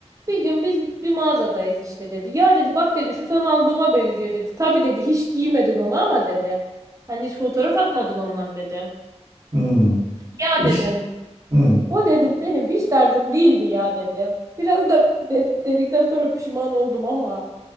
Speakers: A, on the right; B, on the right.
A: Bir gün biz bir mağazadayız işte dedi. Ya dedi bak dedi şu sana aldığıma benziyor dedi. Tabii dedi hiç giymedin onu ama dedi. Hani hiç fotoğraf atmadın ondan dedi.
B: Hmm.
A: Ya
B: İş.
A: dedim.
B: Hmm.
A: O dedim benim hiç tarzım değildi ya dedim. Biraz da de- dedikten sonra pişman oldum ama.